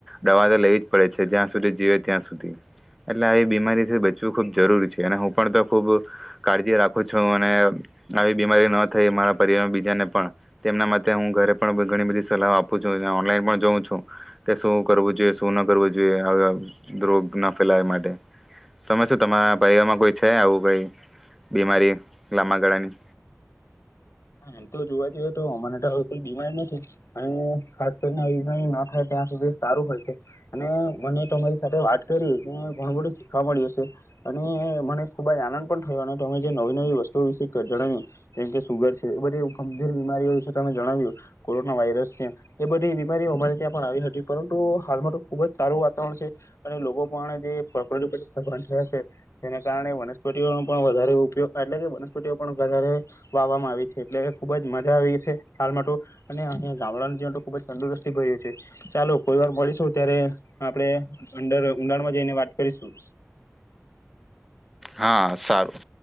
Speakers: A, in the centre; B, on the left (about 75°).
A: દવા તો લેવી જ પડે છે જ્યાં સુધી જીવે ત્યાં સુધી એટલે આવી બીમારીથી બચવું ખૂબ જરૂરી છે અને હું પણ તો ખૂબ કાળજી રાખું છું અને આવી બીમારી ન થઈ મારા પરિવારમાં. ને પણ તેમના માટે હું ઘરે પણ ઘણી બધી સલાહ આપું છું ઓનલાઈન પણ જોઉં છું કે શું કરવું જોઈએ શું ના કરવું જોઈએ રોગ ના ફેલાય માટે તમે શું તમારા પરિવારમાં કોઈ છે આવું કઈ બીમારી લાંબા ગાળાની.
B: એમ તો જોવા જીએ તો અમને તો કોઈ બીમારી નથી અને ખાસ કરીને આ બીમારી ના થાય ત્યાં સુધી સારું હોય છે, અને મને તમારી સાથે વાત કરી ઘણું બધું શીખવા મળ્યું સે, અને મને ખુબ જ આનંદ પણ થયો, અને તમે જે નવી નવી વસ્તુઓ વિશે જણાવ્યું જેમ કે સુગર એ બધી ગંભીર બીમારીઓ વિશે તમે જણાવ્યું કોરોના વાયરસ છે, એ બધી બીમારીઓ અમારે ત્યાં પણ આવી હતી, પરંતુ હાલમાં તો ખુબ જ સારું વાતાવરણ છે, અને લોકો પણ જે પ્રકૃતિ પ્રત્યે સભાન થયા છે જેને કારણે વનસ્પતિઓનો પણ વધારે ઉપયોગ એટલે કે વનસ્પતિઓ પણ વધારે વાવામાં આવી છે. એટલે ખુબ જ મજા આવી છે, હાલમાં તો અને અહિયા ગામડાનું જીવન તો ખુબ જ તંદુરસ્તી ભર્યું છે, ચાલો કોઈ વાર મળીશું, ત્યારે આપણે અંદર ઉઊંડાણમાં જઈને વાત કરીશું.
A: હા સારું.